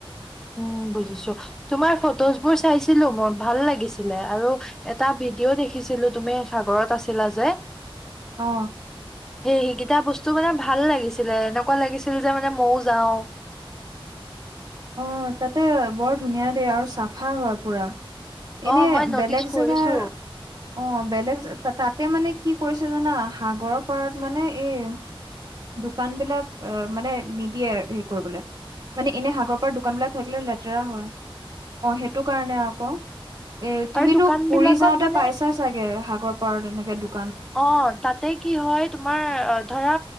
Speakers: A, in the centre; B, on the right.
A: উ বুজিছো, তোমাৰ ফটোজবোৰ চাইছিলো মোৰ ভাল লাগিছিলে আৰু এটা ভিডিঅ' দেখিছিলো তুমি সাগৰত আছিলা যে।
B: অ।
A: সে সেইকেইটা বস্তু মানে ভাল লাগিছিলে এনেকুৱা লাগিছিল যে মানে মও যাওঁ।
B: অ তাতে বৰ ধুনীয়া দেই আৰু চাফা হয় পুৰা। এনে
A: অ মই নটিচ
B: বেলেগ
A: কৰিছো
B: জেগাৰ, অ বেলেগ তাতে মানে। কি কৰিছে জানা সাগৰৰ পাৰত মানে এই, দোকান বিলাক অ মানে নিদিয়ে হেৰি কৰিবলৈ মানে এনে ত দোকান বিলাক থাকিলে লেতেৰা হয়, অ সেইটো কাৰণে আকৌ। এ তুমিতো
A: আৰু দোকান
B: পুৰি
A: বিলাকত
B: যাওঁতে
A: মানে
B: পাইছা চাগে সাগৰ পাৰ তেনেকে দুপ
A: অ তাতে কি হয় তোমাৰ ধৰা